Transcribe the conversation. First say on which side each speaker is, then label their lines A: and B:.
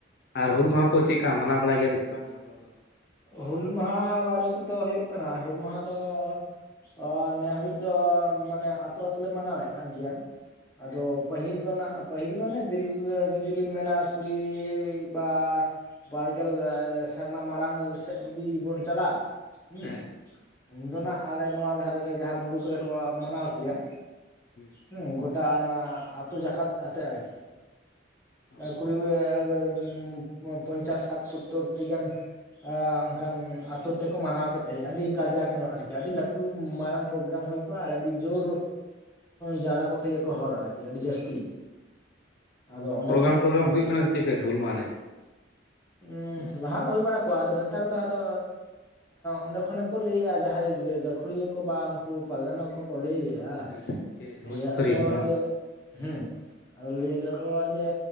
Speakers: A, on the left; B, on the left.
A: ᱟᱨ ᱦᱩᱞ ᱢᱟᱦᱟᱸ ᱠᱚ ᱪᱮᱫᱠᱟ ᱢᱟᱱᱟᱣ ᱵᱟᱲᱟᱭ ᱜᱮᱭᱟ ᱯᱮᱥᱮ ᱵᱟᱝ <unintelligible> <unintelligible> <unintelligible>
B: ᱦᱩᱞ ᱢᱟᱦᱟᱸ ᱵᱟᱨᱮ ᱛᱮᱫᱚ ᱦᱩᱭᱩᱜ ᱠᱟᱱᱟ ᱦᱩᱞ ᱢᱟᱦᱟᱸ ᱫᱚ ᱚᱻ ᱱᱤᱭᱟᱹ ᱦᱟᱹᱵᱤᱡ ᱫᱚ ᱢᱟᱱᱮ ᱟᱹᱛᱳ ᱟᱛᱳ ᱞᱮ ᱢᱟᱱᱟᱣᱮᱫ ᱜᱮᱭᱟ ᱟᱫᱚ ᱯᱟᱹᱦᱤᱞ ᱫᱚ ᱱᱟᱸᱜ ᱯᱟᱹᱦᱤᱞ ᱢᱟᱱᱮ ᱫᱤᱨᱜ ᱡᱩᱫᱤ ᱵᱤᱱ ᱢᱮᱱᱟ ᱠᱩᱲᱤ ᱵᱟ ᱵᱟᱨᱜᱮᱞ ᱥᱮᱨᱢᱟ ᱢᱟᱲᱟᱝ ᱥᱮᱫ ᱡᱩᱫᱤ ᱵᱚᱱ ᱪᱟᱞᱟᱜᱼᱟ ᱦᱩᱸ
A: ᱦᱮᱸ
B: ᱩᱱ ᱫᱚ
A: ᱦᱩᱸ
B: ᱱᱟᱜ ᱟᱞᱮ ᱱᱚᱣᱟ ᱫᱷᱟᱨᱮ ᱨᱮ ᱡᱟᱦᱟᱸ ᱢᱩᱞᱩᱠ ᱨᱮ ᱠᱚ ᱢᱟᱱᱟᱣ ᱠᱮᱭᱟ
A: ᱦᱩᱸ
B: ᱦᱩᱸ ᱜᱚᱴᱟ ᱚᱱᱟ ᱟᱹᱛᱳ ᱡᱟᱠᱟᱛ ᱟᱛᱮᱫ ᱟᱨᱠᱤ
A: ᱚ
B: <unintelligible> ᱯᱚᱧᱪᱟᱥ ᱥᱟᱴ ᱥᱳᱛᱛᱳᱨᱴᱤ ᱜᱟᱱ ᱚᱱᱠᱟᱱ ᱟᱹᱛᱳ ᱛᱮᱠᱚ ᱢᱟᱱᱟᱣ ᱠᱮᱫ ᱛᱟᱦᱮᱸᱫ ᱟᱹᱰᱤ ᱠᱟᱡᱟᱠ ᱧᱚᱜ ᱟᱨ ᱠᱤ ᱟᱹᱰᱤ ᱞᱟᱹᱴᱩ ᱢᱟᱨᱟᱝ ᱯᱨᱳᱜᱨᱟᱢ ᱦᱩᱭ <unintelligible> ᱟᱨ ᱟᱹᱰᱤ ᱡᱳᱨ ᱡᱟᱣᱨᱟ ᱠᱚ ᱛᱟᱦᱮᱸ ᱟᱠᱚ ᱦᱚᱲ ᱟᱨᱠᱤ ᱟᱹᱰᱤ ᱡᱟᱹᱥᱛᱤ ᱟᱫᱚ
A: ᱚ ᱟᱨ
B: ᱚᱸᱰᱮ
A: ᱯᱨᱳᱜᱨᱟᱢ ᱯᱨᱳᱜᱨᱟᱢ ᱦᱩᱭᱩᱜ ᱠᱟᱱᱟ ᱥᱮ ᱪᱮᱫ ᱯᱷᱮᱨ ᱦᱩᱞ ᱢᱟᱦᱟᱸ ᱨᱮ
B: ᱩᱸ ᱞᱟᱦᱟ ᱦᱩᱭ ᱵᱟᱲᱟ ᱠᱚᱜ ᱟᱫᱚ ᱱᱮᱛᱟᱨ ᱫᱚ ᱟᱫᱚ ᱚᱸᱰᱮ ᱠᱷᱚᱱ ᱦᱚ ᱠᱚ ᱞᱟᱹᱭᱮᱜᱼᱟ ᱡᱟᱦᱟᱸᱭ ᱜᱟᱹᱠᱷᱩᱲᱤᱭᱟᱹ ᱠᱚ ᱵᱟ ᱩᱱᱠᱩ ᱯᱟᱨᱜᱟᱱᱟ ᱠᱚ ᱠᱚ ᱞᱟᱹᱭᱮᱫᱼᱟ
A: ᱦᱮᱸ ᱥᱚᱢᱟᱡᱽ
B: ᱞᱟᱹᱭᱟᱜ
A: ᱥᱩᱥᱟᱹᱨᱤᱭᱟᱹ
B: ᱠᱚ
A: ᱵᱟᱝ
B: ᱡᱮ ᱦᱩᱸ ᱟᱫᱚ ᱞᱟᱹᱭ <unintelligible> ᱠᱚ ᱡᱮ